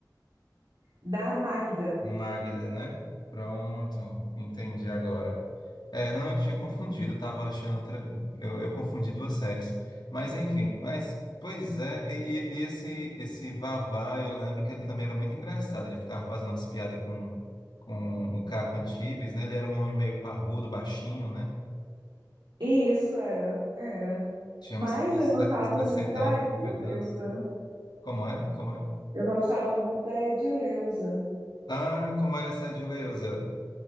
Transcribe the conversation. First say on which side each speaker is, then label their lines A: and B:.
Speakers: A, on the right; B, on the left.
A: da Magda.
B: Magda, né? Pronto, entendi agora. É, não, eu tinha confundido, eu tava achando outra. Eu, eu confundi duas séries. Mas enfim, mas pois é, e, e- e esse, esse Vavá, eu lembro que ele também era muito engraçado, ele ficava fazendo umas piadas com, com o Caco Antibes, né? Ele era um homem meio parrudo, baixinho, né?
A: Isso era, era.
B: Tinha
A: Mas
B: uns
A: eu gostava
B: 60
A: muito da
B: anos,
A: Edileuza.
B: 50 anos. Como é? Como é?
A: Eu gostava muito da Edileuza.
B: Ah, como era essa de Leusa?